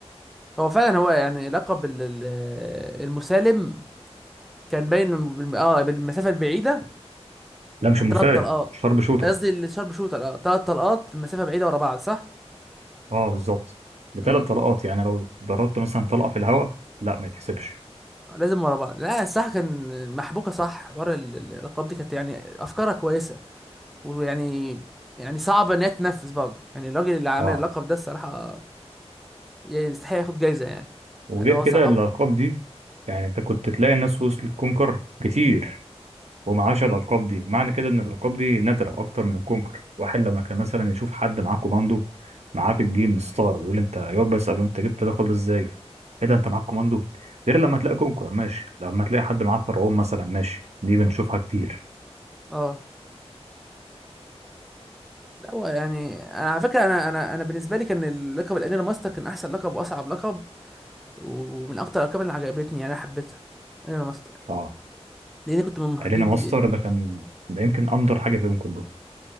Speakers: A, in the centre; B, on the right.
A: هو فعلا هو يعني لقب ال- ال- المسالم كان باين بالم- اه بالمسافه البعيده
B: لا مش
A: كان
B: مسالم
A: ثلاث طلقات
B: شارب شوتر
A: قصدي الشارب شوتر اه ثلاث طلقات مسافه بعيده ورا بعض صح
B: اه بالظبط بثلاث
A: امم
B: طلقات يعني لو ضربت مثلا طلقة في الهواء لا ما يتحسبش
A: لازم ورا بعض لا الصح كان محبوكه صح ورا ال- ال- الالقاب دي كانت يعني افكارها كويسه ويعني يعني صعبه ان هي تنفذ برضه يعني الراجل اللي عامل
B: اه
A: اللقب ده الصراحه يستحق ياخد جايزه يعني
B: وغير
A: لان هو
B: كده
A: صعب
B: الالقاب دي يعني انت كنت تلاقي الناس وصلت كونكر كتير ومعاش
A: امم
B: الألقاب دي معنى كده إن الألقاب دي نادرة أكتر من الكونكر واحد لما كان مثلا يشوف حد معاه كوماندو معاه في الجيم ستار يقول أنت يقعد بقى يسأله أنت جبت اللقب ده إزاي؟ إيه ده أنت معاك كوماندو؟ غير لما تلاقي كونكر ماشي لما تلاقي حد معاه فرعون مثلا ماشي دي بنشوفها كتير
A: اه لا هو يعني انا على فكره انا انا انا بالنسبه لي كان اللقب الانيرا ماستر كان احسن لقب واصعب لقب ومن اكتر الالقاب اللي عجبتني يعني انا حبيتها انيرا ماستر
B: أه
A: لاني كنت من محبين
B: علينا ماستر
A: تي دي ام
B: ده كان ده يمكن أندر حاجة فيهم كلهم